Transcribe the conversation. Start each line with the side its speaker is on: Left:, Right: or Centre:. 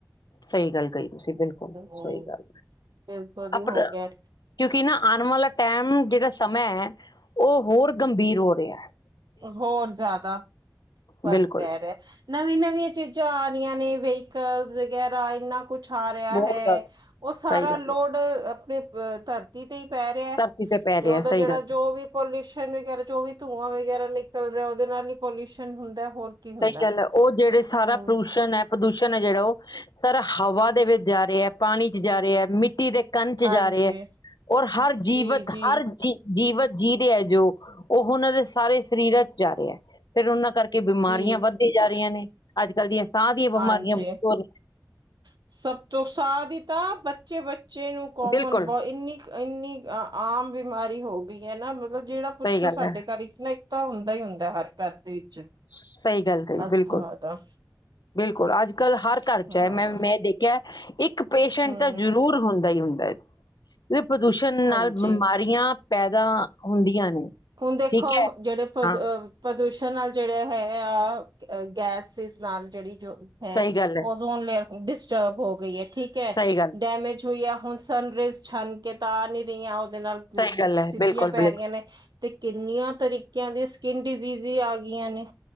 Left: ਸਈ ਗੱਲ ਕਈ ਤੁਸੀ ਬਿਲਕੁਲ
Right: ਹਮ
Left: ਸਈ ਗੱਲ
Right: ਬਿਲਕੁਲ ਹੀ
Left: ਅਪਣਾ
Right: ਹੋ ਗਿਆ
Left: ਕਿਉਂਕਿ ਨਾ ਆਨ ਵਾਲਾ ਟੈਮ ਜੇੜਾ ਸਮੇ ਹੈ, ਓ ਹੋਰ ਗੰਭੀਰ ਹੋ ਰੇਆ ਐ।
Right: ਹੋਰ ਜਾਦਾ ਫਰਕ
Left: ਬਿਲਕੁਲ
Right: ਪੈ ਰੇਆ ਐ। ਨਵੀਂ ਨਵੀ ਚੀਜਾਂ ਆ ਰੀਆਂ ਨੇ ਵਹੀਕਲਸ ਵਗੈਰਾ ਇੰਨਾ ਕੁਛ ਆ ਰੇਆ
Left: ਬਹੁਤ
Right: ਹੈ।
Left: ਜ਼ਿਆਦਾ
Right: ਓ ਸਾਰਾ
Left: ਸਹੀ ਗੱਲ
Right: ਲੋੜ
Left: ਹੈ
Right: ਅਪਨੇ ਧਰਤੀ ਤੇ ਤੀ ਤੇ ਈ ਪੈ ਰੇਆ ਐ।
Left: ਧਰਤੀ ਪੈ
Right: ਤੇ
Left: ਰਿਹਾ
Right: ਓਦਾ
Left: ਸਹੀ
Right: ਜੇੜਾ
Left: ਗੱਲ
Right: ਜੋ ਵੀ ਪੋਲਿਊਸ਼ਨ ਵਗੈਰਾ ਜੋ ਵੀ ਧੂੰਆ ਵਗੈਰਾ ਨਿਕਲ ਰੇਆ ਓਦੇ ਨਾਲ ਹੀ ਪੋਲਿਊਸ਼ਨ ਹੁੰਦਾ ਹੋਰ ਕੀ ਹੁੰਦਾ
Left: ਸਈ ਗੱਲ ਐ, ਓ ਜੇੜੇ ਸਾਰਾ
Right: ਹਮ
Left: ਪ੍ਰਦੂਸ਼ਨ ਐ ਪ੍ਰਦੂਸ਼ਣ ਐ ਜੇੜਾ ਓ ਸਾਰਾ ਹਵਾ ਦੇ ਵਿੱਚ ਜਾ ਰੇਆ ਐ ਪਾਣੀ ਚ ਜਾ ਰੇਆ ਹੈ ਮਿੱਟੀ ਦੇ ਤਨ ਚ
Right: ਹਾਂਜੀ
Left: ਜਾ ਰੇਆ ਐ। ਔਰ ਹਰ ਜੀਵਤ
Right: ਜੀ ਜੀ
Left: ਹਰ ਜੀ ਜੀਵਤ ਜੀ ਰੇਆ ਐ ਜੋ ਓਹ ਓਨਾਂ ਦੇ ਸਾਰੇ ਸਰੀਰਾਂ ਚ ਜਾ ਰੇਆ ਐ ਫੇਰ ਓਨਾਂ ਕਰਕੇ ਬਮਾਰੀਆਂ
Right: ਜੀ
Left: ਵੱਧਦੀ ਜਾ ਰੀਆਂ ਨੇ ਅੱਜ ਕੱਲ੍ਹ ਦੀਆਂ ਸਾਹ ਦੀਆਂ ਬਿਮਾਰੀਆਂ
Right: ਹਾਂਜੀ,
Left: ਬਹੁਤ ਹੋ ਰਹੀਆਂ
Right: ਸਭ ਤੋਂ ਸਾ ਦੀ ਤਾਂ ਬ ਬੱਚੇ ਬੱਚੇ ਨੂੰ ਕੋਮਨ
Left: ਬਿਲਕੁਲ
Right: ਬ ਇੰਨੀ ਇੰਨੀ ਅ ਆਮ ਬਿਮਾਰੀ ਹੋ ਗਈ ਐ ਨਾ ਮਤਲਬ ਜੇੜਾ
Left: ਸਹੀ
Right: ਪੁੱਛੋ
Left: ਗੱਲ
Right: ਸਾਡੇ
Left: ਹੈ
Right: ਘਰ ਇੱਕ ਨਾ ਇੱਕ ਤਾਂ ਹੁੰਦਾ ਈ ਹੁੰਦਾ ਹਰ ਘਰ ਦੇ ਵਿੱਚ।
Left: ਸਈ ਗੱਲ ਕਈ
Right: ਅਸਥਮਾ
Left: ਬਿਲਕੁਲ
Right: ਦਾ
Left: ਬਿਲਕੁਲ ਅੱਜ ਕੱਲ ਹਰ ਘਰ ਚ
Right: ਹਾਂ
Left: ਐ। ਮੈਂ ਮੈਂ ਦੇਖੈਐ ਇੱਕ ਇੱਕ ਪੇਸ਼ੈਂਟ
Right: ਹਮ
Left: ਤਾਂ ਜਰੂਰ ਹੁੰਦਾ ਈ ਹੁੰਦਾ ਐ। ਵੇ ਪ੍ਰਦੂਸ਼ਣ
Right: ਹਾਂਜੀ
Left: ਨਾਲ ਬਮਾਰੀਆਂ ਪੈਦਾ ਹੁੰਦੀਆਂ ਨੇ।
Right: ਹੁਨ ਦੇਖੋ,
Left: ਠੀਕ ਹੈ
Right: ਜੇੜੇ ਪ੍ਰਦ
Left: ਹਾਂ
Right: ਪ੍ਰਦੂਸ਼ਣ ਨਾਲ ਜੇੜੇ ਹੈ ਆ ਗੈਸਿਸ ਨਾਲ ਜਿਹੜੀ ਜੋ ਹੈ,
Left: ਸਹੀ ਗੱਲ
Right: ਓਜ਼ੋਨ ਲੇਅਰ ਡਿਸਟਰਬ ਹੋ ਗਈ ਹੈ ਠੀਕ
Left: ਸਹੀ ਗੱਲ
Right: ਡੈਮੇਜ ਹੋਈ ਆ ਹੁਣ ਸਨ ਰੇਜ਼ ਛਨ ਕੇ ਤਾਂ ਆ ਨਹੀਂ ਰਹੀਆਂ ਉਹਦੇ ਨਾਲ
Left: ਸਹੀ ਗੱਲ ਹੈ
Right: ਸਿੱਧੀਆਂ
Left: ਬਿਲਕੁਲ
Right: ਪੈ
Left: ਬਿਲਕੁਲ
Right: ਰਹੀਆਂ ਨੇ ਤੇ ਕਿੰਨੀਆਂ ਤਰੀਕਿਆਂ ਦੀ ਸਕਿਨ ਡਿਜ਼਼ੀਜ਼ੀ ਆ ਗਈਆਂ ਨੇ